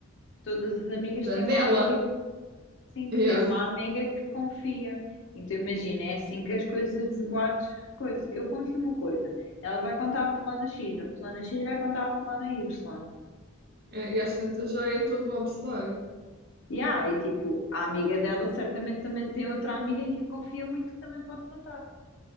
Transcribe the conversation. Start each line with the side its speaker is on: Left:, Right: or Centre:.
Left: todas as amigas
Right: Da
Left: têm
Right: dela.
Left: uma amiga, sim, que
Right: Yeah.
Left: tem uma amiga que confia. Então imagina, é assim que as coisas, os boatos, coisa. Eu conto-lhe uma coisa, ela vai contar a fulana X, a fulana X vai contar a fulana Y.
Right: É, E às tantas já é todo o abecedário.
Left: Yeah, e tipo, a amiga dela certamente também tem outra amiga em quem confia muito que também pode contar,